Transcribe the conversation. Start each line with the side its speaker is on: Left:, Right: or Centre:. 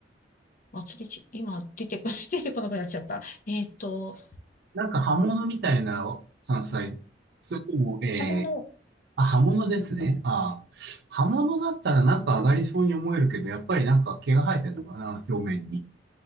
Left: 忘れち、今出てこ、<laughs> 出てこなくなっちゃった。えっと、
Right: なんか葉物みたいな山菜。それとも、えー、
Left: 釜の、
Right: あ、葉物ですね。ああ。葉物だったらなんか上がりそうに思えるけど、やっぱりなんか毛が生えてるのかな、表面に。